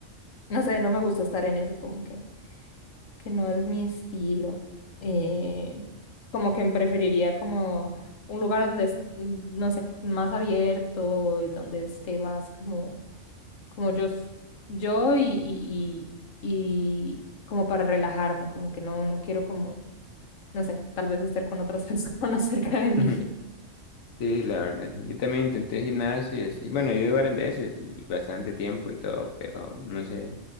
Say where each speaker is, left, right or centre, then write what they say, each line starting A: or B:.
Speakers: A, on the left; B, on the left.
A: no sé, no me gusta estar en eso como que que no es mi estilo. eh, como que preferiría como un lugar donde, es, mm, no sé, más abierto, y donde esté más como, como yo, s- yo y, y, y, y como para relajarme, como que no, no quiero como, no sé, tal vez estar con otras <laughs> personas cerca de mí.
B: <laughs> Sí, la verdad. Yo también intenté gimnasio y así. Bueno, yo iba varias veces y bastante tiempo y todo, pero no sé,